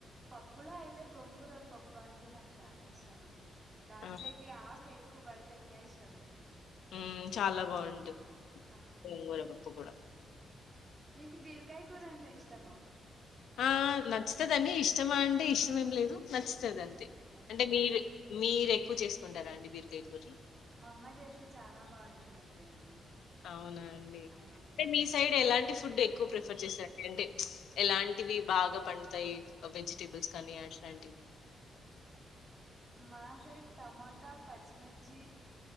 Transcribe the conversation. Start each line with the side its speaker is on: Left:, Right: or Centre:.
Right: పప్పులో అయితే గోంగూర పప్పు అంటే నాకు చానా ఇష్టం అండి. దాంట్లోకి
Left: ఆ
Right: ఆకు ఎక్కువ పడుత్ తెంగా ఇష్టం అండి
Left: మ్మ్ చాలా బాగుంటది
Right: ఆ ఆ
Left: గోంగూర పప్పు కూడా
Right: మీకు బీరకాయ కూర అంటే ఇష్టమా
Left: ఆ నచ్చుతది అండి ఇష్టమా అంటే ఇష్టం ఏం లేదు నచ్చుతది అంతే
Right: నచ్చుతదా
Left: అంటే మీరు మీరె ఎక్కువ చేసుకుంటారా అండి బీరికాయ కూరి
Right: మా అమ్మ చేస్తే చాలా బాగుంటుందండి అది
Left: అవునా అండి
Right: ఆ
Left: అంటే మీ సైడ్ ఎలాంటి ఫుడ్ ఎక్కువ ప్రిఫర్ చేస్తారు అంటే ఎలాంటివి బాగా పండుతాయి వెజిటేబుల్స్ కానీ యాడ్లాంటివి.
Right: మా సైట్ టమోటా పచ్చిమిర్చి